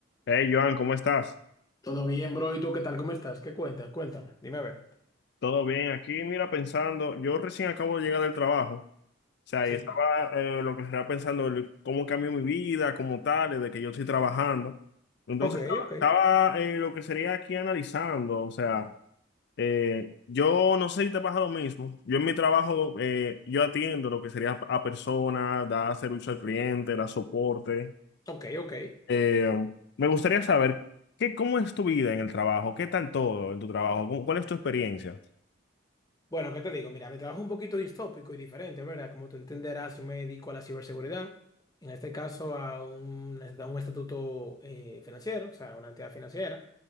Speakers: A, on the left (about 55°); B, on the left (about 20°).
A: Hey, Joan, ¿cómo estás?
B: Todo bien, bro. ¿Y tú qué tal? ¿Cómo estás? ¿Qué cuentas? Cuéntame. Dime a ver.
A: ¿Todo bien? Aquí, mira, pensando, yo recién acabo de llegar del trabajo, o sea,
B: Sí,
A: y estaba eh, lo que estaba pensando, el- cómo cambió mi vida como tal, desde que yo estoy trabajando. Entonces,
B: Ok,
A: estaba,
B: ok.
A: estaba, eh, lo que sería aquí analizando, o sea, eh, yo no sé si te pasa lo mismo, yo en mi trabajo, eh, yo atiendo lo que sería a personas, da servicio al cliente, da soporte.
B: Ok, ok.
A: Eh, me gustaría saber, ¿qué, cómo es tu vida en el trabajo? ¿Qué tal todo en tu trabajo? ¿Cómo- ¿Cuál es tu experiencia?
B: Bueno, ¿qué te digo? Mira, mi trabajo es un poquito distópico y diferente, ¿verdad? Como tú entenderás, yo me dedico a la ciberseguridad. En este caso, a un, a un estatuto eh, financiero, o sea, una entidad financiera.